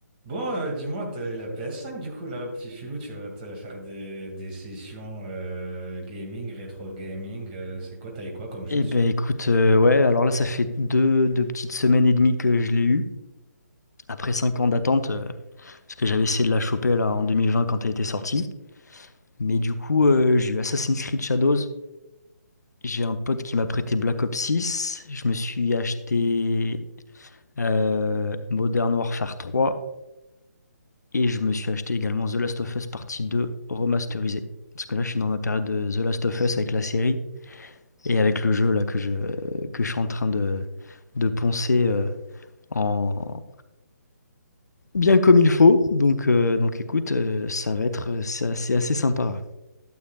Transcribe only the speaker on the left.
Eh
ben écoute, euh, ouais, alors là, ça fait deux, deux petites semaines et demie que je l'ai eu. Après cinq ans d'attente, euh, parce que j'avais essayé de la choper là en 2020 quand elle était sortie. Mais du coup, euh, j'ai eu Assassin's Creed Shadows. J'ai un pote qui m'a prêté Black Ops six Je me suis acheté euh, Modern Warfare trois Et je me suis acheté également The Last of Us Partie deux remasterisée. Parce que là, je suis dans ma période de The Last of Us avec la série et avec le jeu là que je, que je suis en train de, de poncer. euh, en, bien comme il faut. Donc, euh, donc écoute, euh, ça va être, euh, c'est assez, assez sympa.